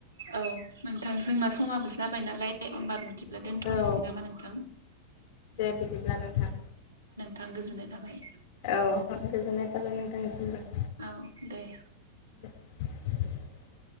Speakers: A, on the right; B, on the left.
A: औ नोंथां जोंना समाबो जाबाय नालाय लाय ओमबा बिदि ब्ला दोन्थ'नोसै
B: औ
A: नामा नोंथां
B: दे बिदिब्ला नोंथां
A: थां गोजोन्नाय थाबाय
B: औ गोजोननाय थाबाय नोंथांनिसिमबो
A: औ दे
B: <inaudible>